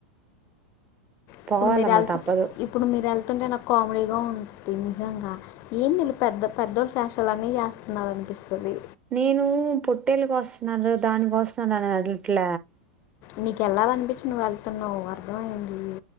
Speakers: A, on the left; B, on the right.
A: ఇప్పుడు
B: పోవాలమ్మ
A: మీరు వెళ్త
B: తప్పదు
A: ఇప్పుడు మీరు వెళ్త వెళ్తుతుంటే నాకు కామెడీగా ఉంటుంది. నిజంగా ఏంది విళ్ళు పెద్ద పెద్దోళ్ళ చేష్టలు అన్నీ చేస్తున్నంట అనిపిస్తుంది
B: నేను పొట్టేళ్లు కోస్తన్నారు. దాని కోస్తన్నారు అని వెళ్లట్ల
A: నీకెళ్లాలనిపించి నువ్ వెళ్తున్నావ్ అర్థం అయింది.